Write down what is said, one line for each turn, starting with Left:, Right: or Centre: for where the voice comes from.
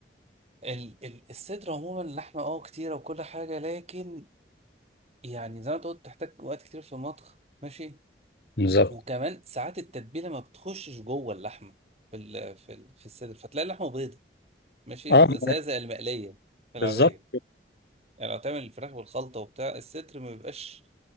Right: ال... ال... الصدر عموما لحمة اه كتيرة وكل حاجة لكن يعني زي ما انت قلت تحتاج وقت كتير في المطبخ ماشي
Left: بالظبط
Right: وكمان ساعات التتبيله ما بتخشش جوه اللحمه في ال في ال في الصدر فتلاقي اللحمه بيضه ماشي
Left: اه
Right: زي زي المقليه في العاديه
Left: بالظبط
Right: يعني لو تعمل الفراخ بالخلطه وبتاع الصدر ما بيبقاش